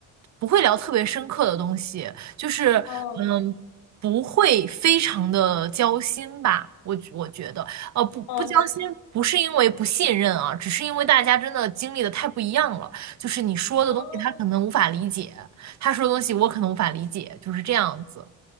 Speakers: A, on the right; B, on the left.
A: 不会聊特别深刻的东西，就是，
B: 哦，
A: 嗯，不会非常的交心吧，我觉我觉得，呃，不不交心，
B: 哦，那
A: 不是因为不信任啊，只是因为大家真的经历的太不一样了，就是你说的东西他可能无法理解。
B: 哦，
A: 他说的东西我可能无法理解，就是这样子。